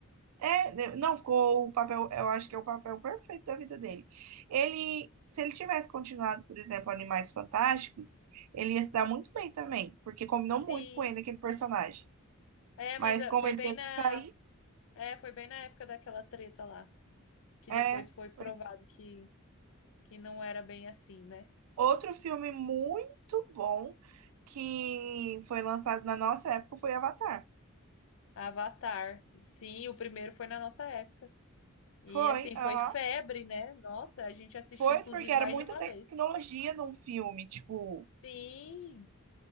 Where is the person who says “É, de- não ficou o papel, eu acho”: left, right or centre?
Right